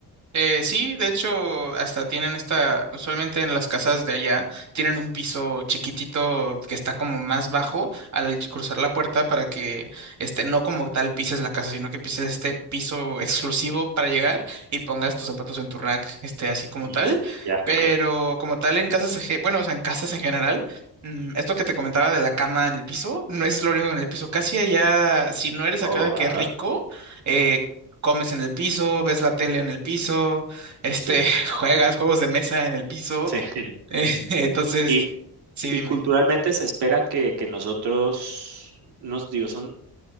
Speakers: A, on the right (about 45°); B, on the right (about 75°).
A: Eh, sí, de hecho, hasta tienen esta, usualmente en las casas de allá, tienen un piso chiquitito que está como más bajo al cruzar la puerta para que, este, no como tal pises la casa, sino que pises este piso exclusivo para llegar y pongas tus zapatos en tu rack, este, así como
B: Mm,
A: tal.
B: ya,
A: Pero
B: okey,
A: como tal en casas, eje- bueno, o sea, en casas en general. mm, Esto que te comentaba de la cama en el piso, no es lo único en el piso. Casi allá, si no eres
B: todo,
A: acá de
B: ¿verdad?
A: que rico, eh, comes en el piso, ves la tele en el piso, este,
B: Sí,
A: <laughs> juegas juegos de mesa en el piso.
B: sí. <laughs>
A: eh, <laughs> entonces,
B: Y
A: sí,
B: y
A: dime.
B: culturalmente se espera que que nosotros nos digo, son